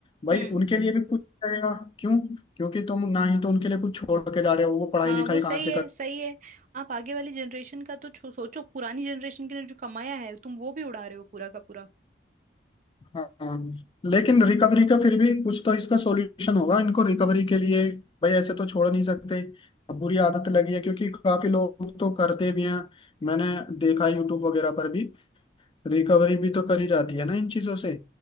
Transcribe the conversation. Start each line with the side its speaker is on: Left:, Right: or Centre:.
Left: भाई
Right: हम्म
Left: उनके लिए भी कुछ रहेगा क्यों क्योंकि तुम ना ही तो उनके लिए कुछ छोड़ के जा रहे हो वो पढ़ाई
Right: हाँ
Left: लिखाई
Right: वो सही
Left: कहाँ से
Right: है
Left: कर
Right: सही है आप आगे वाली जनरेशन का तो छो- सोचो पुरानी जनरेशन के ने जो कमाया है तुम वो भी उड़ा रहे हो पूरा का पूरा
Left: हाँ हाँ। लेकिन रिकवरी का फिर भी कुछ तो इसका सॉल्यूशन होगा इनको रिकवरी के लिए भाई ऐसे तो छोड़ नहीं सकते अब बुरी आदत लगी है क्योंकि काफी लोग तो करते भी हैं मैंने देखा यूट्यूब वगैरह पर भी रिकवरी भी तो करी जाती है ना इन चीजों से